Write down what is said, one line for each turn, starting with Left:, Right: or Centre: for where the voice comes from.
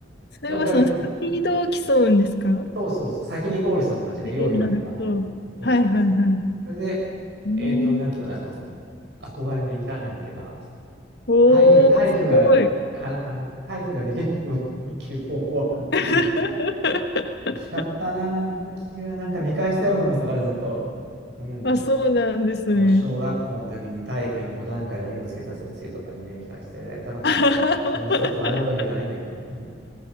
Left: それはそのスピードを競うんですか
Right: で、おかげさん、そうそうそう、先にゴールした方が勝ちね、
Left: ええなるほど。
Right: 用意どんでバン出て。そうそうそう。
Left: はいはいは
Right: それで、
Left: い。う
Right: えっと、なんと、
Left: ん。
Right: なんと、うん憧れのインターハイに行けた。
Left: おー、
Right: 体育、体育が、
Left: すごい。
Right: から、あの、体育ができなくても行ける方法はあるっていうね。
Left: <laughs>
Right: 嬉しかったな、あの時は。なんか見返してやろうと思ってたから、ずっと。うん。
Left: あ、そうなんですね。
Right: そう小学校の時に体育に5段階の2をつけた先生とかにね、見返してやりたかったね。
Left: <laughs>
Right: その人と会えるわけじゃないんだけど。うん。